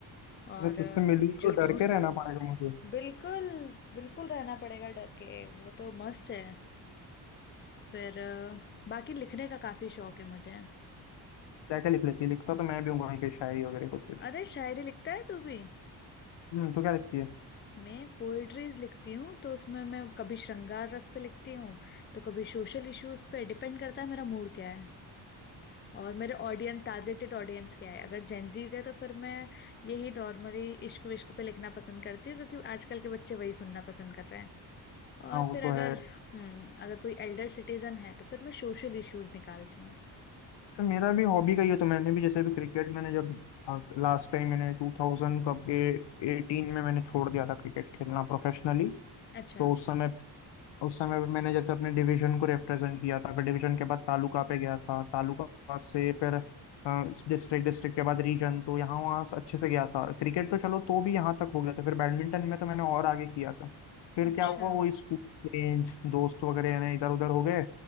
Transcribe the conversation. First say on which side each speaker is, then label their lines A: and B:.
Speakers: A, on the left; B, on the left.
A: और
B: मैं तुझसे मिली
A: जूडो
B: तो डर के रहना पड़ेगा मुझे
A: <laughs> बिल्कुल बिल्कुल रहना पड़ेगा डर के वो तो मस्त है फिर अ, बाकी लिखने का काफी शौक है मुझे
B: क्या क्या लिख लेती है लिखता तो मैं भी हूँ भाई के शायरी वगैरह कुछ कुछ
A: अरे शायरी लिखता है तू भी
B: हम्म तो क्या लिखती है
A: मैं पोएट्रीज लिखती हूँ तो उसमें मैं कभी श्रृंगार रस पे लिखती हूँ तो कभी सोशल इश्यूज पे डिपेंड करता है मेरा मूड क्या है और मेरे ऑडियंस टारगेटेड ऑडियंस क्या है अगर जेंजीज है तो फिर मैं यही नॉर्मली इश्क विश्क पे लिखना पसंद करती हूँ क्योंकि आजकल के बच्चे वही सुनना पसंद कर रहे हैं और
B: हाँ वो
A: फिर
B: तो
A: अगर
B: है
A: हम्म अगर कोई एल्डर सिटीजन है तो फिर मैं सोशल इश्यूज निकालती हूँ
B: तो मेरा भी हॉबी का ही है तो मैंने भी जैसे भी क्रिकेट मैंने जब लास्ट टाइम मैंने टू थाउजेंड कब एटीन में मैंने छोड़ दिया था क्रिकेट खेलना प्रोफेशनली
A: अच्छा
B: तो उस समय उस समय पे मैंने जैसे अपने डिवीजन को रिप्रेजेंट किया था फिर डिवीजन के बाद तालुका पे गया था तालुका से फिर डिस्ट्रिक्ट डिस्ट्रिक्ट के बाद रीजन तो यहाँ वहाँ से अच्छे से गया था क्रिकेट तो चलो तो भी यहाँ तक हो गया था फिर बैडमिंटन में तो मैंने और आगे किया था फिर
A: अच्छा
B: क्या हुआ वो स्कूल रेंज दोस्त वगैरह यानी इधर उधर हो गए